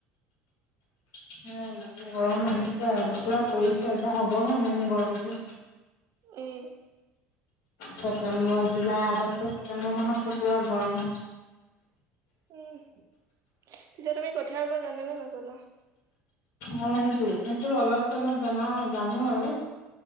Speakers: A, on the left; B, on the right.
A: উম, গৰম আহিছে আৰু, পুৰা পৰিচয় এতিয়া হ'বহে মেইন গৰমটো।
B: উম।
A: ছেপটেম্বৰ, জুলাই, আগষ্ট, ছেপ্তেম্বৰ মাহতো পূৰা গৰম হয়।
B: উম, পিছে তুমি কঠীয়া ৰুব জানা নে নাজানা?
A: অ' সেইটো, সেইটো অলপ চলপ জনা হয় জানো আৰু।